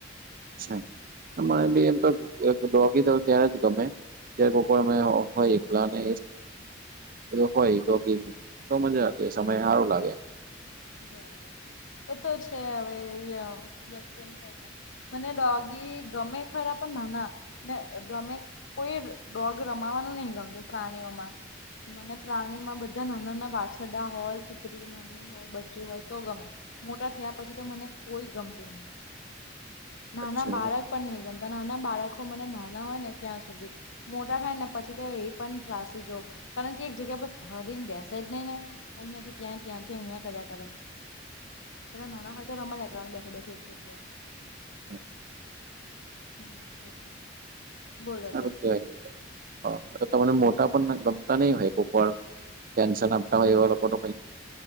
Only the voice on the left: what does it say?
હા
બરાબર છે એ તો છે હવે વ્યક્તિઓને પાસે મને ડોગી ગમે ખરા પણ ના, ના ગમે. કોઈ ડોગ રમાવાનું નહી ગમતું પ્રાણીઓમાં. મને પ્રાણી માં બધા નાના ના વાછડા હોય કુત્રી નાની હોય. બચ્ચું હોય તો, ગમે મોટા થયા, પછી તો મને કોઈ ગમતું નહી. નાના
બાળક પણ નહ ગમતા નાના બાળકો મને નાના હોય ને ત્યાં સુધી. મોટા થાય ને પછી તો એ પણ ત્રાસી જો કારણ કે એક જગ્યા પર થડીને બેસે જ નહી ને અહીંથી ત્યાં ત્યાથી અહીયા. કર્યા કરે પ નાના હોય તો રમ જ કરવા બેઠો બેઠું એક જગ્યાએ.
હમ એટલે <unintelligible> બોલો
તો